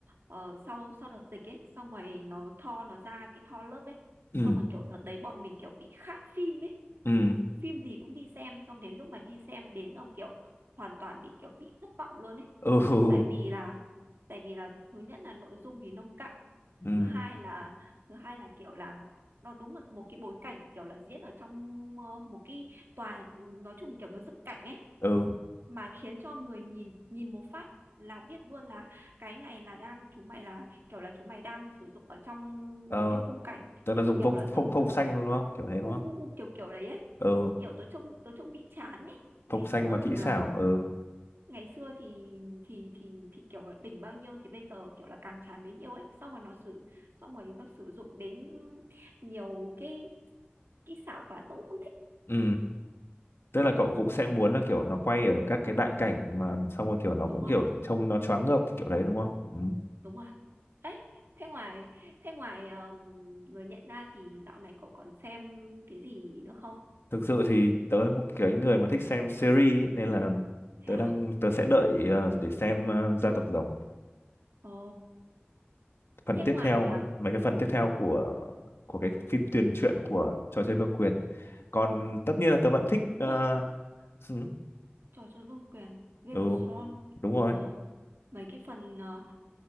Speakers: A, on the right; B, on the left.
A: ờ, sau sau đợt dịch ấy, xong rồi nó Tho nó ra cái Tho lớp ấy.
B: ừ
A: Xong mà kiểu đợt đấy bọn mình kiểu bị khát phim ấy.
B: ừ
A: Phim gì cũng đi xem. Xong đến lúc mà đi xem đến rồi kiểu hoàn toàn bị kiểu bị thất vọng luôn ấy.
B: ừ
A: Tại vì là tại vì là thứ nhất là nội dung thì nông cạn
B: ừ
A: thứ hai là thứ hai là kiểu là nó đúng là một cái bối cảnh kiểu là diễn ở trong ờ, một cái tòa nói chung kiểu nó dựng cảnh ấy
B: ừ
A: mà khiến cho người nhìn nhìn một phát là biết luôn là cái này là đang chúng mày là kiểu là chúng mày đang sử dụng ở trong
B: ờ
A: một cái khung cảnh
B: tớ là dùng
A: kiểu
B: phông
A: là
B: phông
A: dựng
B: phông xanh luôn đúng không kiểu thế
A: u
B: đúng không
A: u u kiểu kiểu đấy ấy
B: ừ
A: kiểu tớ trông tớ trông bị chán ấy ngày
B: phông xanh
A: xưa
B: mà kỹ
A: kiểu
B: xảo
A: là
B: ừ
A: ngày xưa thì thì thì thì kiểu là đỉnh bao nhiêu thì bây giờ kiểu là càng tràn bấy nhiêu ấy xong rồi nó sử xong rồi nó sử dụng đến nhiều cái kỹ xảo quá tôi cũng không thích
B: ừ tức là cậu cũng sẽ muốn là kiểu nó quay ở các cái đại cảnh mà xong rồi kiểu nó
A: đúng
B: cũng
A: rồi
B: kiểu trông nó choáng ngợp kiểu đấy đúng không ừ.
A: đúng rồi ấy thế ngoài thế ngoài ờm, người nhận ra thì dạo này cậu còn xem cái gì nữa không
B: thực sự thì tớ là một cái người mà thích xem series ấy, nên là
A: thế
B: tớ
A: hả
B: đang tớ sẽ đợi ờ, để xem ờ, gia tộc rồng
A: ồ
B: phần
A: thế
B: tiếp
A: ngoài
B: theo
A: ờ,
B: ấy mấy cái phần tiếp theo của
A: ừ
B: của cái phim tiền truyện của trò chơi vương quyền còn tất nhiên là tớ vẫn thích ờ,
A: ồ
B: ừ,
A: trò chơi vương quyền Game
B: ừ
A: of Thrones
B: đúng rồi
A: ồ mấy cái phần ờ,